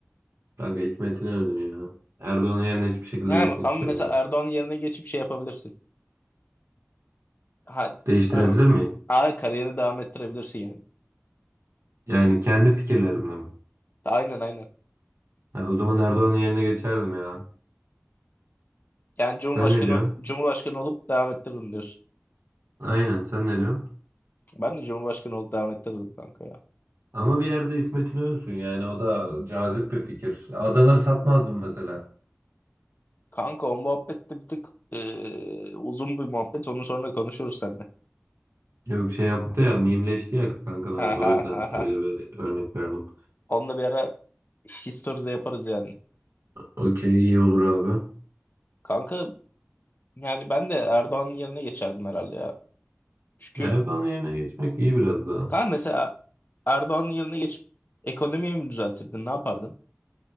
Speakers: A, on the right (about 75°); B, on the left (about 45°).
A: Kanka İsmet İnönü ya. Erdoğan'ın yerine hiçbir şekilde
B: Ha,
A: geçmek
B: ama
A: istemiyorum.
B: mesela Erdoğan'ın yerine geçip şey yapabilirsin. Ha,
A: Değiştirebilir
B: r-
A: miyim?
B: ha, kariyeri devam ettirebilirsin yani.
A: Yani kendi fikirlerimle mi?
B: Aynen aynen.
A: Ha, o zaman Erdoğan'ın yerine geçerdim ya.
B: Yani Cumhurbaşkanı
A: Sen ne diyorsun?
B: Cumhurbaşkanı olup devam ettiririm diyorsun.
A: Aynen sen ne diyorsun?
B: Ben de Cumhurbaşkanı olup devam ettirirdim kanka ya.
A: Ama bir yerde İsmet İnönü'sün yani o da cazip bir fikir. Adaları satmazdım mesela.
B: Kanka o muhabbet de bir tık eee, uzun bir muhabbet. Onu sonra konuşuruz seninle.
A: Yok şey yaptı ya mimleşti ya kanka mevzu
B: Ha ha
A: o yüzden
B: ha ha.
A: öyle bir örnek verdim.
B: Onunla bir ara history de yaparız yani.
A: Okey iyi olur abi.
B: Kanka yani ben de Erdoğan'ın yerine geçerdim herhalde ya. Çünkü
A: Erdoğan yerine geçmek iyi biraz daha.
B: kanka mesela Erdoğan'ın yerine geçip ekonomiyi mi düzeltirdin? Ne yapardın?